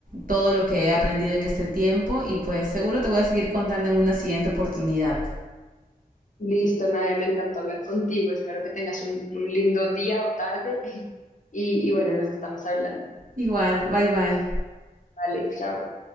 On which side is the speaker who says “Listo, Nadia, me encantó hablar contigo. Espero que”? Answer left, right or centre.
Left